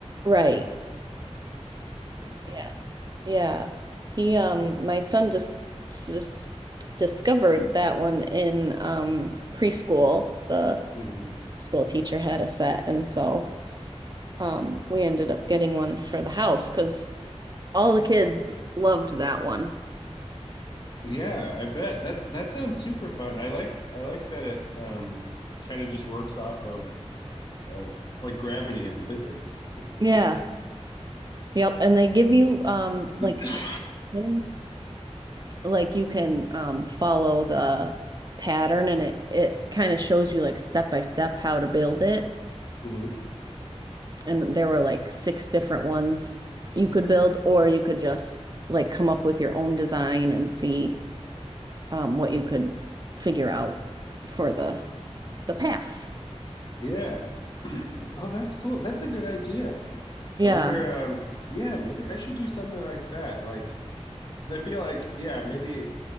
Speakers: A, on the right; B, on the left.
A: right.
B: That sounds fun.
A: Yes. Yeah. He um my son just just discovered that one in um preschool. The
B: hmm
A: school teacher had a set and so Um, we ended up getting one for the house because all the kids loved that one.
B: Yeah, I bet that that sounds super fun. I like I like that it um kind of just works off of uh, like gravity and physics.
A: Yeah. Yep. And they give you um
B: <coughs>
A: like suggestions. like you can um follow the pattern and it it kind of shows you like step by step how to build it.
B: Mhm.
A: And there were like six different ones you could build or you could just like come up with your own design and see um what you could figure out for the the path.
B: Yeah. <clears throat> Oh, that's cool. That's a good idea.
A: Yeah,
B: I wonder, um, yeah, maybe I should do something like that. Like, 'cause I feel like, yeah, maybe